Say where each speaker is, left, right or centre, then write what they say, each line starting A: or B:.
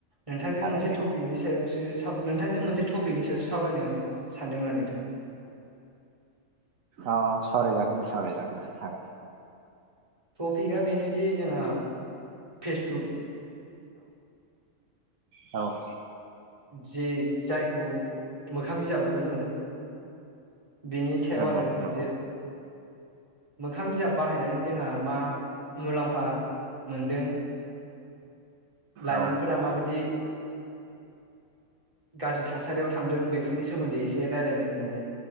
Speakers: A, on the right; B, on the right.
A: नोंथांजों
B: हागोन
A: मोनसे
B: दे
A: टपिकनि सायाव सो ओ समाव नोंथांजों मोनसे टपिकनि सायावसो सावरायनो सानदोंमोन आं नोंथां।
B: अ सावराय जागोन दे सावराय जागोन हागोन।
A: टपिकआ बेनोदि जोंहा फेसबुक
B: औ औ।
A: जे जायखौ मोखां बिजाबबो बुङो। बिनि सायाव
B: नंगौ
A: आरो
B: नंगौ
A: जिर मोखां बिजाब बाहायनानै जोंहा मा मुलाम्फा मोनदों लाइमोनफोरा
B: औ
A: माबायदि गाज्रि थासारियाव थांदों बेफोरनि सोमोन्दै एसे रायलायनो होननानै